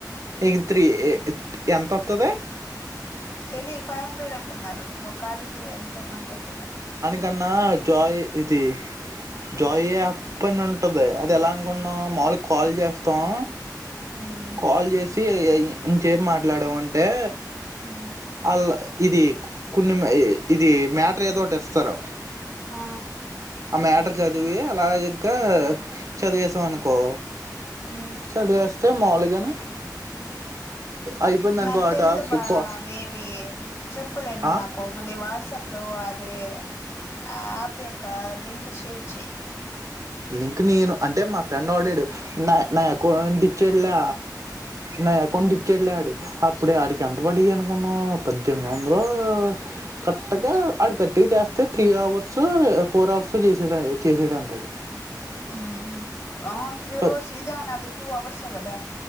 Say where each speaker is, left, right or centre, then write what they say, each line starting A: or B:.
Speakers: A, on the right; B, on the left.
A: ఇ త్రీ ఎంత వత్తది
B: తెలీదు ఫైవ్ హండ్రెడ్ అంటున్నారు వక్కాలకి ఎంత కొంత తిలా
A: కన్నా జాయి ఇది జాయి యాప్ అని ఉంటది అది ఎలా అనుకుంన్నాం మాములు గా కాల్ చేస్తాం
B: ఉమ్
A: కాల్ చేసి ఆ యి ఇంచ్ ఎం మాట్లాడం వన్ టే
B: ఉమ్
A: ఆళ్ళ ఇది కొన్ని మ ఇది మ్యాటర్ ఏదోటి ఇస్తారు
B: ఆ
A: ఆ మ్యాటర్ చదివి అలా ఇగా చదివేసాం అనుకో
B: హు
A: చదివేస్తే మాములుగానే అయిపోయింది అనుకో
B: నాకు
A: ఆ
B: తెల్ద
A: టాస్క్
B: బా
A: కో
B: వేవీ చెప్పలే నువ్
A: ఆ
B: నాకు మళ్ళీ వాట్సాప్ ప్ లో అదే ఆప్ యొక్క లింక్ షేర్ చెయ్
A: లింక్ నేను అంటే మా ఫ్రెండ్ ఆడాడు నా నా అకౌంట్ ఇచ్చేట్లా న అకౌంట్
B: ఉమ్
A: ఇచ్చాడు లే ఆడు అప్పుడే ఆడికి ఎంత పడ్డాయ్ అనుకున్నా పద్దెనిమిది వందలు కరట్గా ఆడి కర్ట్గా చేస్తే త్రీ అవర్స్ ఫోర్ అవర్స్ హో చేసే చేసడంటడు
B: హు ఆ త్రీ
A: ప
B: అవర్స్ ఇదే అ నా అది టూ అవర్స్ ఏ గదా